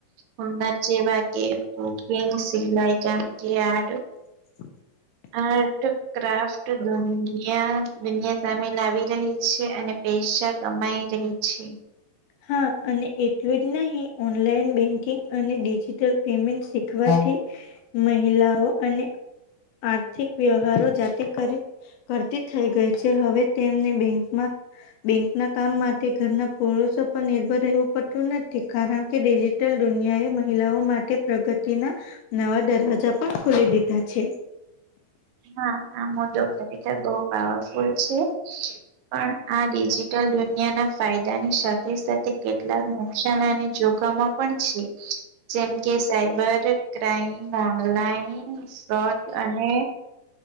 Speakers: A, on the right (about 85°); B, on the left (about 80°).
A: હ અર જેેવા કે કુકિંગ સિલાઈ ચમકી આ.
B: <inaudible>
A: આર્ટ ક્રાફ્ટ દુનિયા દુનિયા સામે લાવી રહી છે અને. પેશા કમાઈ રહી છે.
B: હા અને એટલું જ નહીિ ઓનલાઈન બેંકિંગ અને ડિજીિટલ પેમેન્ટ શીખવાથી. મહિલાઓ અને આર્થિક વ્યવહારો જાતે કરી. કરતી થઈ ગઈ છે હવે તેમને બેંકમાં બેંકના કામ માટે. ઘરના પોળષો પર નિર્ભર રહેવું પડતું નથી કારણ કે ડિજિટલ દુનિયાએ મહિલાઓ માટે. પ્રગતિના નવા દરવાજા પણ ખોલી દીધા છે.
A: હા આ મુદ્દો ખરેખર બહુ પાવરફુલ છે. પણ આ ડિજિટલ દુનિયાના ફાયદાની સાથે સાથે કેટલાક નુકસાન અને જોખમો પણ છે, જેમ કે સાયબર ક્રાઈમ, ઓનલાઈન. શોટ અને